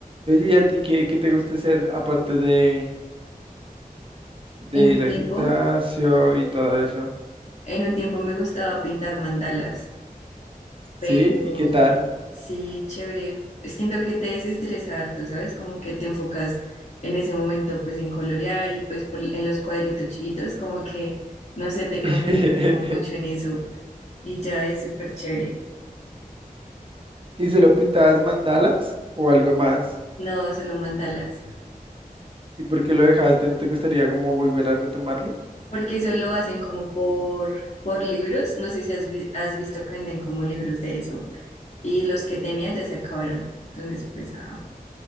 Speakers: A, on the right; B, on the left.
A: Oye, ¿y a ti qué, qué te gusta hacer aparte de,
B: En
A: de
B: un
A: ir
B: tiempo
A: al gimnasio y todo eso?
B: En un tiempo me gustaba pintar mandalas, pero
A: ¿Sí? ¿Y qué tal?
B: sí, chévere. Es que siento que te desestresa harto, ¿sabes? Como que te enfocas en ese momento pues en colorear y pues por- en los cuadritos chiquitos, como que, no sé, te concentras
A: <laughs>
B: como mucho en eso y ya es súper chévere.
A: ¿Y solo pintabas mandalas o algo más?
B: No, solo mandalas,
A: ¿Y por qué lo dejaste? ¿No te gustaría como volver a retomarlo?
B: porque solo hacen como por, por libros. No sé si has, vi- has visto que venden como libros de eso y los que tenía ya se acabaron. Entonces, pues, ajá,